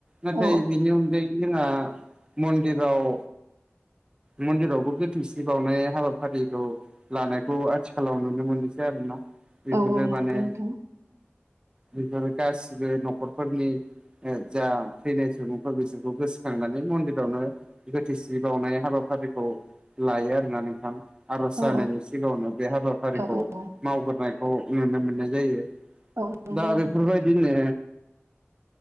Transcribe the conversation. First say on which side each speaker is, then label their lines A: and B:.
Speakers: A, on the right (about 20°); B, on the right (about 75°).
A: नाथाय
B: औ
A: बिनि अनगायै जोंहा मन्दिराव। मन्दिरावबो गोथौसि बावनाय हाबाफारिखौ। लानायखौ आथिखालाव नुनो मोनासै आरोना बेफोरो
B: औ
A: माने
B: नंगौ नोंथां
A: बेफोर गासिबो नखरफोरनि जा थैनाय सुबुंफोर बिसोरखौ गोसोखांनानै मन्दिरावनो गोथैसि बावनाय हाबाफारिखौ लायो आरोना नोंथां। आरज जानायनि
B: औ
A: सिगाङावनो बे हाबाफारिखौ
B: औ औ
A: मावग्रोनायखौ नुनो मोननाय जायो।
B: औ नंगौ
A: दा
B: नोंथां
A: बेफोरबायदिनो